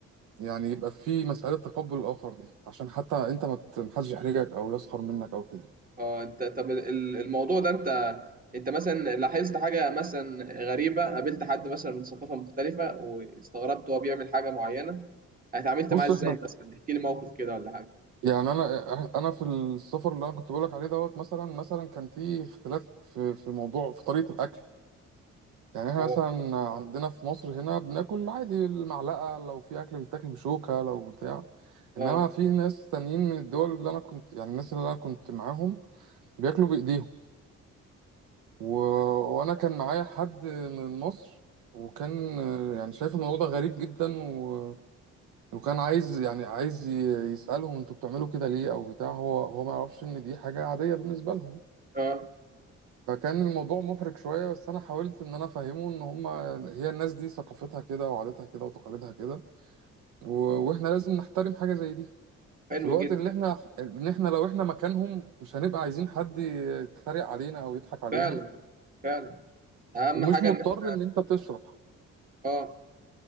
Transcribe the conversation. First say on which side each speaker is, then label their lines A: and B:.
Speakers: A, on the right (about 80°); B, on the right (about 30°).
A: يعني يبقى في مسألة تقبل الآخر دي عشان حتى أنت ما ت- محدش يحرجك أو يسخر منك أو كده
B: اه انت طب ال- الموضوع ده انت انت مثلا لاحظت حاجة مثلا غريبة قابلت حد مثلا من ثقافة مختلفة واستغربت هو بيعمل حاجة معينة اتعاملت
A: بص
B: معاه ازاي
A: إحنا
B: مثلا احكي لي موقف كده ولا حاجة
A: يعني أنا أنا في السفر اللي أنا كنت بقولك عليه دوت مثلا مثلا كان في اختلاف في في موضوع في طريقة الأكل يعني إحنا
B: اه
A: مثلا عندنا في مصر هنا بناكل عادي المعلقة لو في أكل بيتاكل بشوكة لو بتاع إنما
B: اه
A: في ناس تانيين من الدول اللي أنا كنت يعني الناس اللي أنا كنت معاهم بياكلوا بإيديهم و... وانا كان معايا حد من مصر وكان آه، يعني شايف الموضوع ده غريب جدا و... وكان عايز يعني عايز ي- يسألهم انتوا بتعملوا كده ليه او بتاع هو هو ما يعرفش ان دي حاجة عادية بالنسبة لهم
B: اه
A: فكان الموضوع محرج شوية بس انا حاولت ان انا افهمه ان هما هي الناس دي ثقافتها كده وعاداتها كده وتقاليدها كده و... واحنا لازم نحترم حاجة زي دي
B: حلو
A: في الوقت
B: جدا
A: اللي احنا ان احنا لو احنا مكانهم مش هنبقى عايزين حد يتريق علينا او يضحك علينا
B: فعلا فعلا اهم
A: ومش
B: حاجه
A: مضطر
B: ان احنا
A: ان انت تشرح
B: اه